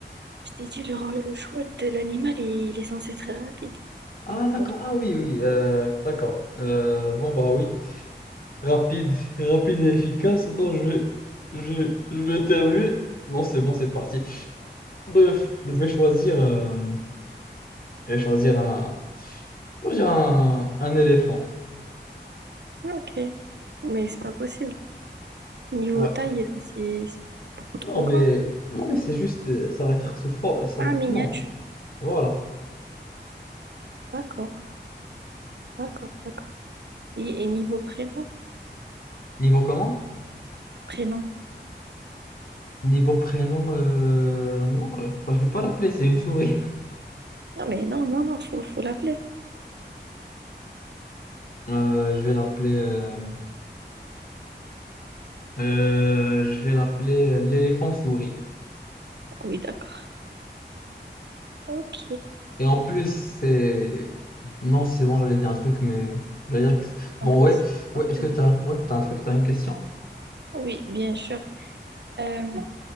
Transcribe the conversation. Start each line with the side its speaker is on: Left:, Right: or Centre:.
Right: Je t'ai dit, le, le choix de l'animal, il, il est censé être très rapide.
Left: Ah, d'accord,
Right: Bah, tu-
Left: ah oui, oui, euh, d'accord. Euh, bon, bah oui, rapide, rapide et efficace. Attends, je vais, je, je vais éternuer. Non, c'est bon, c'est parti. Bref, je vais choisir, euh, je vais choisir un, je vais choisir un, un éléphant.
Right: ok. Mais c'est pas possible. Niveau
Left: Ça va-
Right: taille, euh, c'est c'est beaucoup trop
Left: Non, mais,
Right: grand.
Left: non, mais c'est juste, euh, ça va être sous forme. Ça...
Right: Ah,
Left: va-
Right: miniature.
Left: Non, voilà.
Right: D'accord, d'accord, d'accord. Et, et niveau prénom?
Left: Niveau comment?
Right: Prénom.
Left: Niveau prénom, euh, non, euh, bah, je vais pas l'appeler, c'est une souris.
Right: Non, mais non, non, non, faut, faut l'appeler.
Left: Euh, je vais l'appeler, euh, euh, je vais l'appeler euh, l'éléphant souris.
Right: Oui, d'accord. Ok,
Left: Et en plus, c'est, non, c'est bon, j'allais dire un truc, mais j'allais dire que, c'est- bon,
Right: en plus.
Left: ouais, ouais,
Right: Ok.
Left: est-ce que t'as, ouais, t'as un truc, t'as une question?
Right: Oui, bien sûr. Euh,